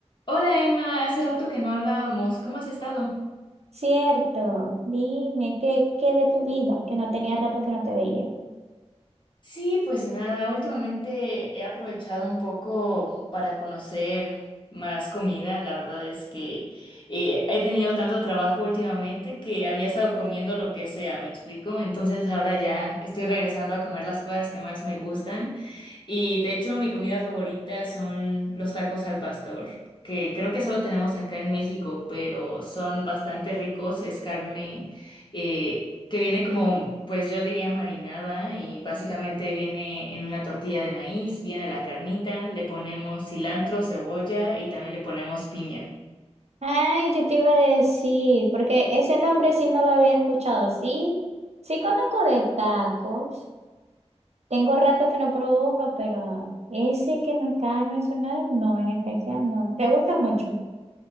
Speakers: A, on the left (about 45°); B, on the right (about 70°).
A: Hola Emma, hace rato que no hablábamos, ¿cómo has estado?
B: Cierto, dime, ¿qué, qué de tu vida? Que no tenía rato que no te veía.
A: Sí, pues nada, últimamente he aprovechado un poco para conocer más comida. La verdad es que eh, he tenido tanto trabajo últimamente que había estado comiendo lo que sea, ¿me explico? Entonces ahora ya estoy regresando a comer las cosas que más me gustan. Y de hecho, mi comida favorita son los tacos al pastor, que creo que solo tenemos acá en México, pero son bastante ricos. Es carne eh, que viene como, pues yo diría marinada y básicamente viene en una tortilla de maíz, viene la carnita, le ponemos cilantro, cebolla y también le ponemos piña.
B: Ay, yo te iba a decir, porque ese nombre sí no lo había escuchado. Sí, sí conozco de tacos. Tengo rato que no pruebo uno, pero ese que me acaba de mencionar, no, en especial no. ¿Te gusta mucho?